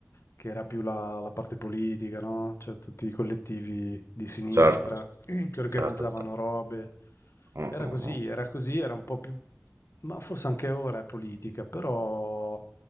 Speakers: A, on the left; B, on the right.
A: che era più la, la parte politica, no? Cioè tutti i collettivi di sinistra
B: Certo, certo,
A: che organizzavano
B: certo. certo.
A: robe.
B: Mm,
A: Era
B: mm,
A: così,
B: mm.
A: era così, era un po' più... Ma forse anche ora è politica, però...